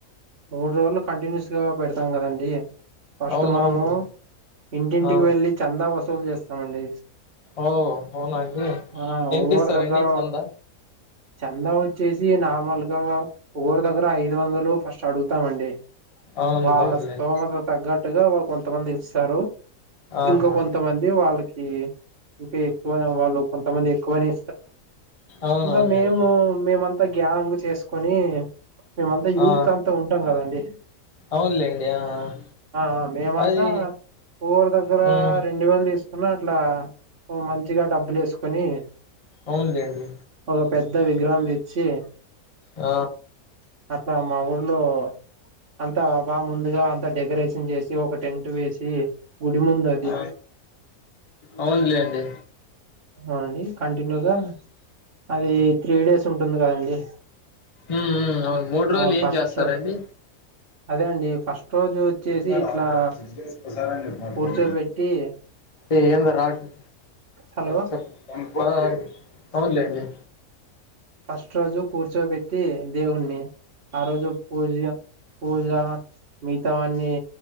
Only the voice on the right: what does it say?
మూడు రోజులు కంటిన్యూస్ పెడతాం కదండి ఫస్ట్
మనము ఇంటింటికి
వెళ్ళలి చందా వాసులు వసూలు చేస్తామండి
ఆ ఒవ్వరి
దగ్గర
చందా వచ్చేసి నార్మల్ ఒకరు దగ్గర ఐదు వందలు ఫస్ట్ అడుగుతామండి
వాళ్ళ స్థోమత తగ్గట్టుగా వాళ్ళు కొంతమంది ఇస్తారు
ఇంకా కొంతమంది వాళ్ళకి ఇంకా ఎక్కువ వాళ్ళు కొంతమంది ఎక్కువనే
ఇంకా మేము మేమంతా గ్యాంగ్ చేసు నీ మేమంతా యూత్
అంతా ఉంటాం కదండి
ఆ మేమంతా
ఎవరి దగ్గర
రెండు వేలు తీసుకు అందరూ అట్లా మంచిగా డబ్బులు వేసుకొని
ఒక పెద్ద విగ్రహం తెచ్చి
అట్లా మా ఊర్లో అంతా బాగా ముందుగా అంత డెకరేషన్ ఒక టెంట్ వేసి గుడి ముందు అది
అవునండి కంటిన్యూ గా అది త్రీ డేస్ ఉంటుంది కదండి
ఆ
ఫస్ట్
అదే అండి ఫస్ట్ రోజు వచ్చేసి
ఇట్లా కూర్చోబెట్టి
హలో
ఫస్ట్ రోజు కూర్చోబెట్టి దేవుని ఆ రోజు పూజ పూజా మిగతావని